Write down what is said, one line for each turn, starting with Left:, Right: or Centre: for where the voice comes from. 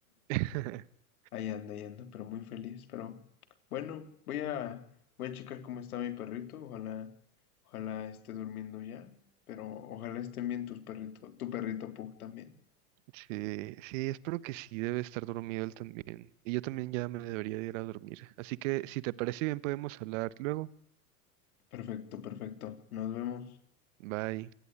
Right: <laughs>
Left: Ahí anda, ahí anda, pero muy feliz. Pero bueno, voy a, voy a checar cómo está mi perrito. Ojalá, ojalá esté durmiendo ya. Pero ojalá estén bien tus perritos, tu perrito Pug también.
Right: Sí, sí, espero que sí, debe estar dormido él también. Y yo también ya me debería de ir a dormir. Así que si te parece bien, podemos hablar luego.
Left: Perfecto, perfecto. Nos vemos.
Right: Bye.